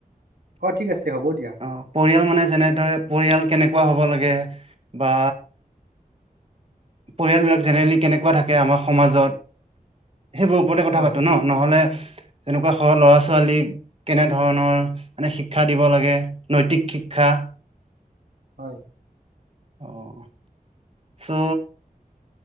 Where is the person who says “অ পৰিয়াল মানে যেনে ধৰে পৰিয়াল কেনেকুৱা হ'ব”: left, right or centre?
Right